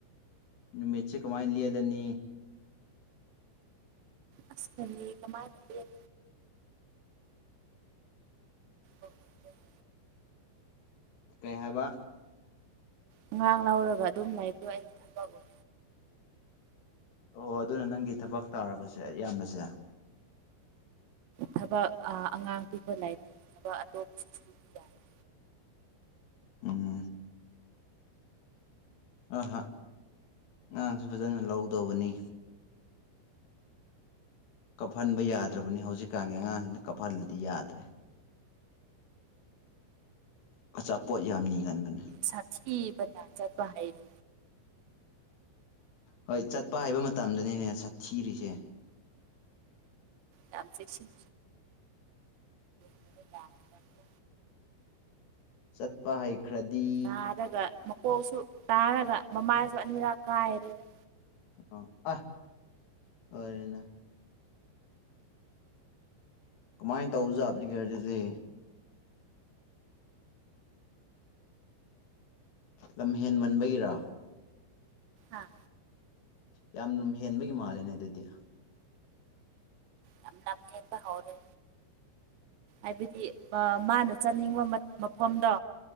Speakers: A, on the left; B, on the right.
A: ꯅꯨꯃꯤꯠꯆꯦ ꯀꯃꯥꯏ ꯂꯦꯜꯂꯅꯤ
B: ꯑꯁ ꯀꯔꯤ ꯀꯃꯥꯏꯅ ꯂꯦꯜ ꯎꯝ
A: ꯀꯩ ꯍꯥꯏꯕ
B: ꯑꯉꯥꯡ ꯂꯧꯔꯒ ꯑꯗꯨꯝ ꯂꯩꯕꯗꯣ ꯑꯩꯗꯤ ꯊꯕꯛ ꯑꯣꯏ
A: ꯑꯣ ꯑꯗꯨꯅ ꯅꯪꯒꯤ ꯊꯕꯛ ꯇꯥꯔꯕꯁꯦ ꯑꯌꯥꯝꯕꯁꯦ
B: ꯊꯕꯛ ꯑꯉꯥꯡ ꯄꯤꯕ ꯂꯥꯏꯔꯤꯛ ꯕ ꯑꯇꯣꯞꯄꯁꯨ ꯁꯨꯕ ꯌꯥꯏ
A: ꯎꯝ ꯑꯍ ꯑꯥꯉꯥꯡꯁꯨ ꯐꯖꯅ ꯂꯧꯗꯧꯕꯅꯤ ꯀꯞꯐꯟꯕ ꯌꯥꯗ꯭ꯔꯕꯅꯤ ꯍꯧꯖꯤꯛꯀꯥꯟꯒꯤ ꯑꯉꯥꯡꯁꯤꯡꯅ ꯀꯞꯐꯜꯂꯗꯤ ꯌꯥꯗ꯭ꯔꯦ ꯑꯆꯥꯄꯣꯠ ꯌꯥꯝ ꯅꯤꯒꯟꯕꯅꯦ
B: ꯁꯥꯊꯤꯕ ꯅ ꯆꯠꯄ ꯍꯩꯏꯔꯦ
A: ꯍꯣꯏ ꯆꯠꯄ ꯍꯥꯏꯕ ꯃꯇꯝꯗꯅꯤꯅꯦ ꯁꯥꯊꯤꯔꯤꯁꯦ
B: ꯌꯥꯝ ꯆꯦꯁꯤꯟ <unintelligible>
A: ꯆꯠꯄ ꯍꯩꯈ꯭ꯔꯗꯤ
B: ꯇꯥꯔꯒ ꯃꯀꯣꯛꯁꯨ ꯇꯥꯔꯒ ꯃꯃꯥꯏꯁꯨ ꯑꯅꯤꯔꯛ ꯀꯥꯏꯔꯦꯗ
A: ꯑ ꯑꯍ ꯑꯣꯏꯔꯦꯅ ꯀꯃꯥꯏꯅ ꯇꯧꯖꯥꯕꯒꯦ ꯑꯗꯨꯗꯤ ꯂꯝꯍꯦꯟ ꯃꯟꯕꯒꯤꯔꯥ
B: ꯑꯥ
A: ꯌꯥꯝ ꯂꯝꯍꯦꯟꯕꯒꯤ ꯃꯥꯜꯂꯦꯅꯦ ꯑꯗꯨꯗꯤ
B: ꯌꯥꯝ ꯂꯝꯍꯦꯟꯕ ꯍꯧꯔꯦ ꯑꯗꯨꯗꯤ ꯃꯥꯅ ꯆꯠꯅꯤꯡꯕ ꯃꯐꯝꯗꯣ